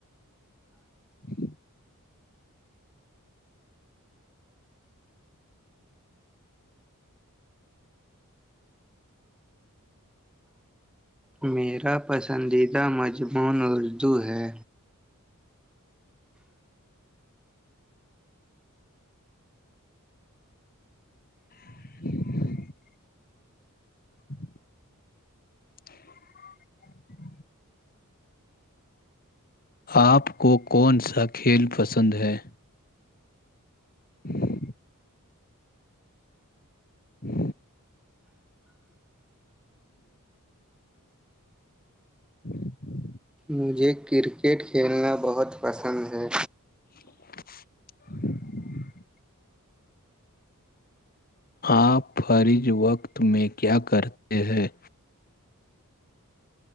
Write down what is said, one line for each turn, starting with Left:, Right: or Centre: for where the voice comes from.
Left: جی
Centre: میرا پسندیدہ مضمون اردو ہے
Left: <unintelligible> <unintelligible> آپ کو کون سا کھیل پسند ہے جی جی <inaudible>
Centre: مجھے کرکٹ کھیلنا بہت پسند ہے
Left: <unintelligible> آپ فرج وقت میں کیا کرتے ہیں